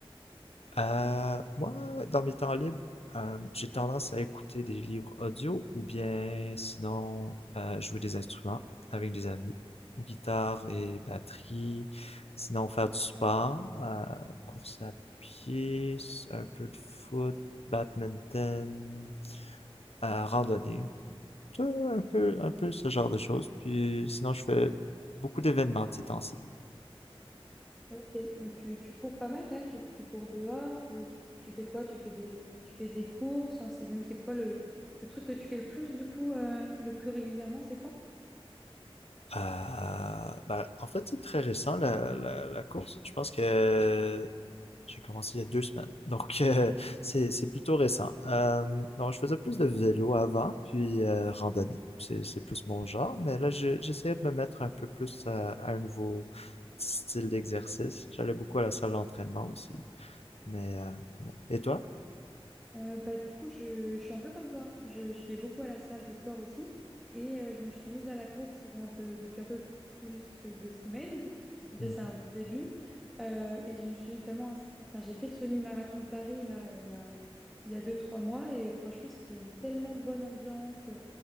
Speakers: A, on the left (about 85°); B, in the centre.
A: Euh, moi, dans mes temps libres, euh, j'ai tendance à écouter des livres audio ou bien sinon euh, jouer des instruments avec des amis, guitare et batterie, sinon faire du sport, euh, course à pied, un peu de foot, badminton, euh, randonnée, Tu vois, un peu, un peu ce genre de choses. Puis sinon, je fais beaucoup d'événements de ces temps-ci.
B: Ok, donc tu, tu cours pas mal quand même, tu, tu cours dehors, tu, tu fais quoi? Tu fais des, tu fais des courses, enfin, c'est même c'est quoi le, le truc que tu fais le plus du coup, euh, le plus régulièrement, c'est quoi?
A: Euh, ben, en fait, c'est très récent, la, la, la course. Je pense que j'ai commencé il y a deux semaines. <laughs> Donc, euh, c'est c'est plutôt récent. Euh, non, je faisais plus de vélo avant, puis euh, randonnée. C'est c'est plus mon genre, mais là, je- j'essayais de me mettre un peu plus à, à un nouveau style d'exercice. J'allais beaucoup à la salle d'entraînement aussi. Mais, euh, ouais. Et toi?
B: Euh, bah, du coup, je, je suis un peu comme toi. Je, je vais beaucoup à la salle de sport aussi. Et euh, je me suis mise à la course bon, un peu, depuis un peu plus que deux semaines. <laughs> Déjà,
A: Mm-hmm.
B: c'est un bon début. Euh, et je me suis notamment inscrite. Enfin, j'ai fait le semi-marathon de Paris là, euh, il y a, il y a deux, trois mois. Et franchement, c'était une tellement bonne ambiance. euh,